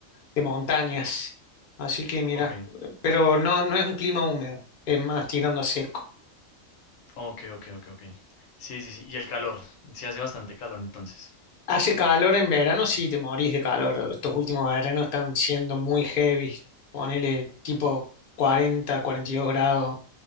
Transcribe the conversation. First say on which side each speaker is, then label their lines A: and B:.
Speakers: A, on the left; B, on the left.
A: de montañas. Así que mira,
B: Ok,
A: pero no, no es un clima húmedo, es más tirando a seco.
B: ok, ok, ok, ok. Sí, sí, sí. Y el calor. Sí hace bastante calor entonces.
A: Hace calor en verano, sí, te morís de calor. Estos últimos veranos están siendo muy heavy, ponele tipo 40, 42 grados.